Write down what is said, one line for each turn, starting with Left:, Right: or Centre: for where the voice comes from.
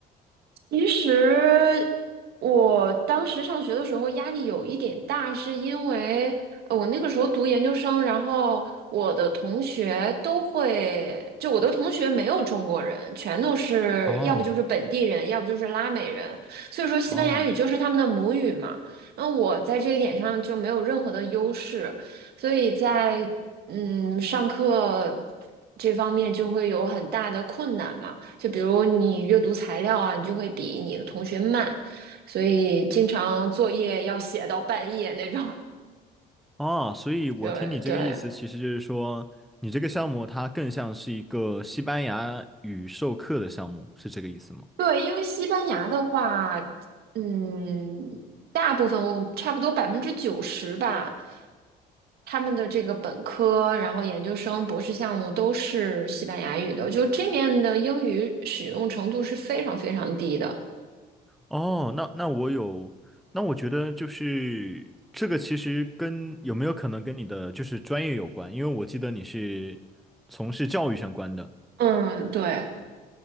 Right: 其实我当时上学的时候压力有一点大，是因为呃我那个时候读研究生，然后我的同学都会，就我的同学没有中国人，全都是要不就是本地人，
Centre: 哦
Right: 要不就是拉美人，所以说西班牙语就是他们的母语嘛。
Centre: 哦
Right: 那我在这一点上就没有任何的优势，所以在嗯上课这方面就会有很大的困难嘛。就比如你阅读材料啊，你就会比你的同学慢，所以经常作业要写到半夜那种。<laughs>
Centre: 哦，所以我听你这个意思，
Right: 对对
Centre: 其实就是说，你这个项目它更像是一个西班牙语授课的项目，是这个意思吗？
Right: 对，因为西班牙的话，嗯，大部分差不多百分之九十吧，他们的这个本科，然后研究生、博士项目都是西班牙语的，就这面的英语使用程度是非常非常低的。
Centre: 哦，那那我有，那我觉得就是这个其实跟有没有可能跟你的就是专业有关，因为我记得你是从事教育相关的。
Right: 嗯，对。